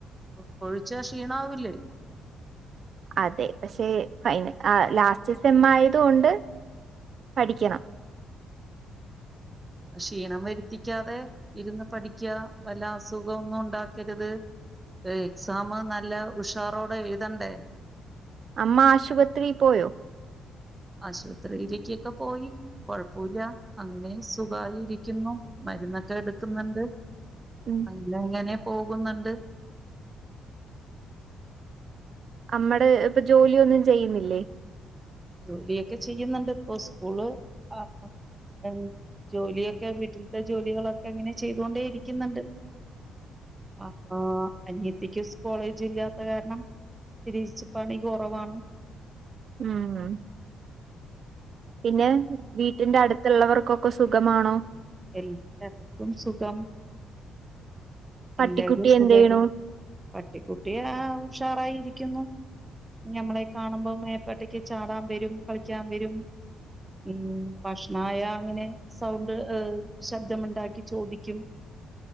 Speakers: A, on the right; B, on the right.
A: ക്കൊഴിച്ചാ ക്ഷീണാവില്ലേ
B: അതെ പക്ഷെ ഫൈന ക് ലാസ്റ്റ് സെം ആയതോണ്ട് പഠിക്കണം
A: ക്ഷീണം വരുത്തിക്കാതെ ഇരുന്ന് പഠിക്ക വല്ല അസുഖൊന്നും ഉണ്ടാക്കരുത് എ എക്സാം നല്ല ഉഷാറോടെ എഴുതണ്ടേ
B: അമ്മ ആശുപത്രീ പോയോ
A: ആശുപത്രിയിലേക്കൊക്കെ പോയി കൊഴപ്പുല്ല അങ്ങനെ സുഖായി ഇരിക്കുന്നു മരുന്നൊക്കെ എടുക്കുന്നുണ്ട്
B: ഉം
A: അങ്ങനെ ങ്ങനെ പോ ക്കുന്നുണ്ട്
B: നമ്മടെ ഇപ്പൊ ജോലിയൊന്നും ചെയ്യുന്നില്ലേ
A: ജോലിയൊക്കെ ചെയ്യുന്നുണ്ട് ഇപ്പൊ സ്കൂള് ആ ൺ ജോലിയൊക്കെ വീട്ടിലത്തെ ജോലികളൊക്കെ അങ്ങനെ ചെയ്തുകൊണ്ടേ ഇരിക്കുന്നുണ്ട് ആ അനിയത്തിക്ക് കോളേജ് ഇല്ലാത്ത കാരണം ഇത്തിരി പണി കുറവാണ്
B: ഉം ഉം പിന്നെ വീട്ടിന്റെ അടുത്ത്ള്ളവർ ഓക്ക് സുഖമാണോ
A: എല്ലാർക്കും സുഖം
B: പട്ടിക്കുട്ടി
A: എല്ലാരും സുഖായിരി
B: എന്ത് ചെയ്യണു
A: പട്ടിക്കുട്ടി ആ ഉഷാറായിരി ക്കുന്നു ഞമ്മളെ കാണുമ്പോ മേപ്പട്ടക്ക് ചാടാൻ വരും കളിക്കാൻ വരും ഊം ഭഷ്ണായ ങ്ങനെ സൗണ്ട് ശബ്ദമ്ണ്ടാക്കി ചോദിക്കും